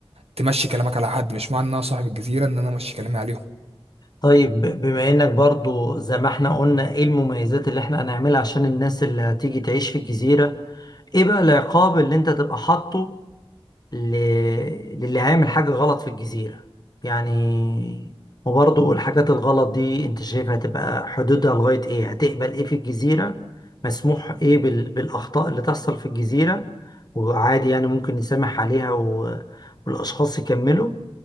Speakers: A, on the right; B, on the left.
A: تمشي كلامك على حد مش معنى ان انا صاحب الجزيره ان انا امشي كلامي عليهم
B: طيب ب- بما انك برضو زي ما احنا قلنا ايه المميزات اللي احنا هنعملها عشان الناس اللي هتيجي تعيش في الجزيرة ايه بقى العقاب اللي انت تبقى حاطه ل... للي هيعمل حاجة غلط في الجزيرة يعني وبرضه الحاجات الغلط دي انت شايفها تبقى حدودها لغاية ايه هتقبل ايه في الجزيرة مسموح ايه بال... بالأخطاء اللي تحصل في الجزيرة وعادي يعني ممكن نسامح عليها و... والأشخاص يكملوا